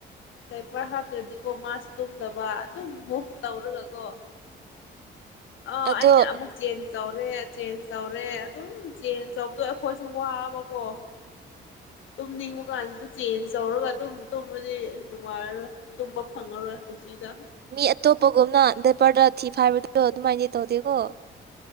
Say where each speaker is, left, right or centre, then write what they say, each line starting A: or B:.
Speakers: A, on the left (about 75°); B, on the right (about 55°).
A: ꯗꯥꯏꯄꯔ ꯍꯥꯞꯇ꯭ꯔꯗꯤꯀꯣ ꯃꯥꯁ ꯇꯨꯝꯗꯕ ꯑꯗꯨꯝ ꯃꯨꯚ ꯇꯧꯔꯒꯀꯣ ꯑ
B: ꯑꯗꯣ
A: ꯑꯩꯅ ꯑꯃꯨꯛ ꯆ‌ꯦꯟꯖ ꯇꯧꯔꯦ ꯆꯦꯟꯖ ꯇꯧꯔꯦ ꯑꯗꯨꯝ ꯆꯦꯟꯖ ꯇꯧꯕꯗꯣ ꯑꯩꯈꯣꯏꯁꯨ ꯋꯥꯕꯀꯣ ꯇꯨꯝꯅꯤꯡ ꯗꯨꯀꯥꯟꯁꯨ ꯆꯦꯟꯖ ꯇꯧꯔꯒ ꯑꯗꯨꯝ ꯇꯨꯝꯕꯗꯤ ꯅꯨꯡꯉꯥꯏꯔꯔꯣꯏ ꯇꯨꯝꯕ ꯐꯪꯉꯔꯣꯏ ꯄꯨꯟꯁꯤꯗ
B: ꯃꯤ ꯑꯇꯣꯞꯄꯒꯨꯝꯅ ꯗꯥꯏꯄꯔꯗ ꯊꯤ ꯐꯥꯏꯕꯗ‌ꯣ ꯑꯗꯨꯃꯥꯏꯅꯗꯤ ꯇꯧꯗꯦꯀꯣ